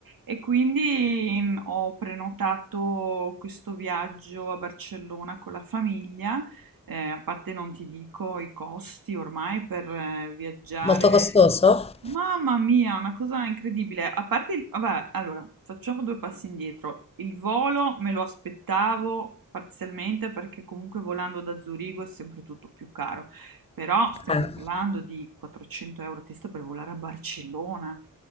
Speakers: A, on the right; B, on the left.
A: E quindi mm, ho prenotato questo viaggio a Barcellona con la famiglia. Eh, a parte non ti dico i costi ormai per eh, viaggiare.
B: Molto costoso?
A: Mamma mia, una cosa incredibile. A parte, il- vabbè, allora, facciamo due passi indietro. Il volo me lo aspettavo parzialmente perché comunque volando da Zurigo è sempre tutto più caro. Però stiamo
B: Ah,
A: parlando di 400 euro a testa per volare a Barcellona.